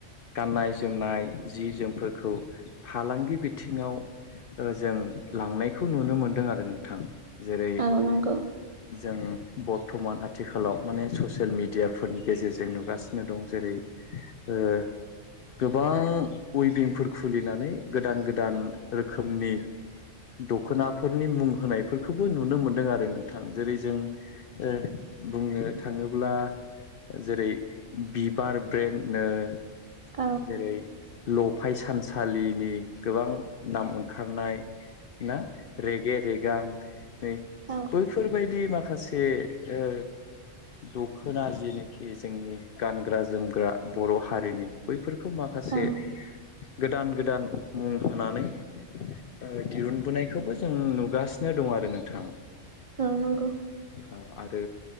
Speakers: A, on the left; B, on the right.
A: गाननाय जोमनाय जि जोमफोरखौ फालांगि बिथिङाव ओ जों लांनायखौ नुनो मोनदों आरो नोंथां जेरै
B: औ नंगौ औ नंगौ
A: जों बर्थ'मान आथिखालाव माने ससियेल मेडियाफोरनि गेजेरजों नुगासिनो दं जेरै ओ गोबां उइभिंफोर खुलिनानै गोदान गोदान रोखोमनि दख'नाफोरनि मुं होनायफोरखौबो नुनो मोनदों आरो नोंथां। जेरै जों ओ बुंनो थाङोब्ला जेरै बिबार ब्रेन्ड ओ
B: औ
A: जेरै लफाय सानसालिनि गोबां नाम ओंखारनाय ना रेगे रेगां नै
B: औ
A: बैफोरबायदि माखासे ओ दख'ना जिनोखि जोंनि गानग्रा जोमग्रा बर' हारिनि बैफोर खौ माखासे
B: औ
A: गोदान गोदान मुं होनानै ओ दिरुनबोनायखौबो जों नुगासिनो दं आरो नोंथां।
B: औ नंगौ।
A: अ आरो